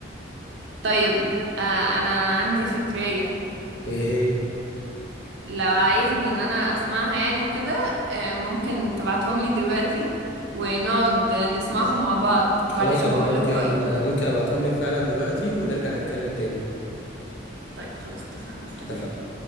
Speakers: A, on the right; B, on the left.
A: طيب آه انا عندي فكرية
B: ايه هي
A: لو عايزني ان انا اسمعها يعني وكده آه ممكن تبعتهم لي دلوقتي ونقعد نسمعهم مع بعض وبعدين
B: خلاص انا
A: بقول
B: ممكن
A: لك رأيي
B: ممكن ابعتهم لك فعلا دلوقتي ونرجع نتكلم تاني
A: طيب خلاص اتفقنا مستنية
B: اتفقنا